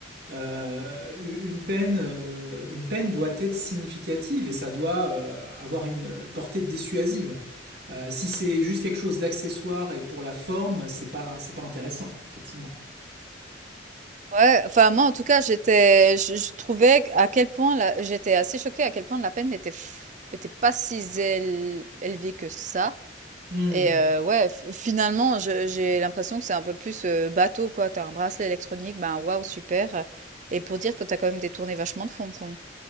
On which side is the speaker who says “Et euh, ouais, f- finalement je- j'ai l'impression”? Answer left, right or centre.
Right